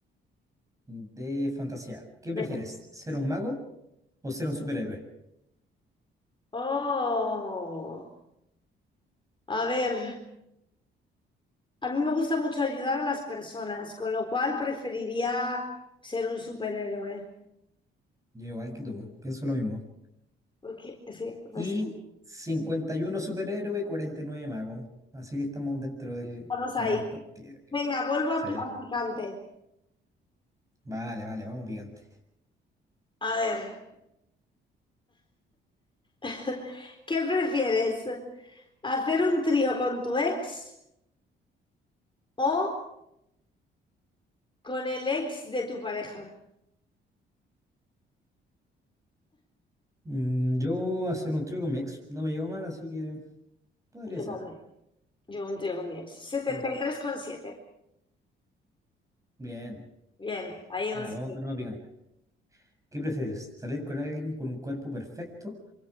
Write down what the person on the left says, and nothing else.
Venga.
Oh, a ver, a mí me gusta mucho ayudar a las personas, con lo cual preferiría ser un superhéroe.
Porque sí, pues
estamos
ahí.
Venga, vuelvo a
pl- a picante.
A ver. <laughs> ¿Qué prefieres? ¿Hacer un trío con tu ex o con el ex de tu pareja?
Yo
también. Yo un trío con mi ex. Setenta
y tres coma siete.
Bien, ahí
vamos.